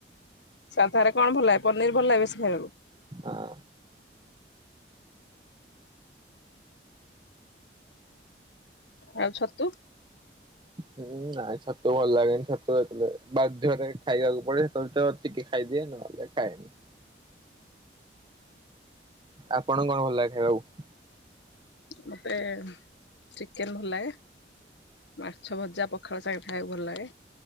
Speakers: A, on the left (about 85°); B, on the right (about 25°).
A: ଆଉ ଘରେ କଣ ଭଲ ଲାଗେ? ପନିର ଭଲ ଲାଗେ ବେଶୀ ଖାଇବାକୁ?
B: ହଁ।
A: ଆଉ ଛତୁ?
B: ହୁଁ ନାଇଁ ଛତୁ ଭଲ ଲାଗେନି, ଛତୁ ଏତେ ବାଧ୍ୟରେ ଖାଇବାକୁ ପଡେ ସେତେବେଳେ ତ ଟିକେ ଖାଇ ଦିଏ, ନହେଲେ ଖାଏନି। ଆପଣଙ୍କ କଣ ଭଲ ଲାଗେ ଖାଇବାକୁ?
A: ମୋତେ ଚିକେନ ଭଲ ଲାଗେ, ମାଛ ଭଜା ପଖାଳ ସାଙ୍ଗେ ଖାଇବାକୁ ଭଲ ଲାଗେ।